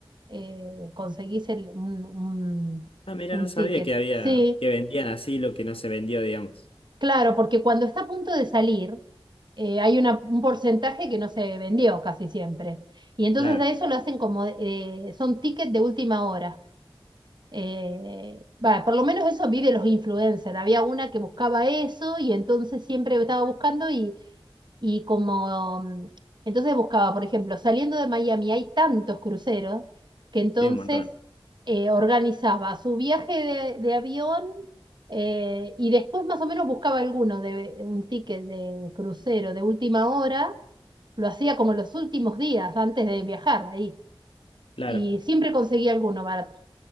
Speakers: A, on the right; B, on the left.
A: eh, conseguís el- un, un,
B: Ah, mira,
A: un
B: no sabía
A: ticket.
B: que había,
A: Sí,
B: que vendían así lo que no se vendió, digamos.
A: Claro, porque cuando está a punto de salir, eh, hay una- un porcentaje que no se vendió casi siempre. Y entonces
B: Claro,
A: a eso lo hacen como, eh, son tickets de última hora. Eh, va, por lo menos eso vive los influencers. Había una que buscaba eso y entonces siempre estaba buscando y, y como, mm, entonces buscaba, por ejemplo, saliendo de Miami hay tantos cruceros que entonces
B: tiene un montón.
A: eh, organizaba su viaje de, de avión eh, y después más o menos buscaba alguno de un ticket de crucero de última hora, lo hacía como los últimos días antes de viajar ahí.
B: Claro,
A: Y siempre conseguía alguno barato.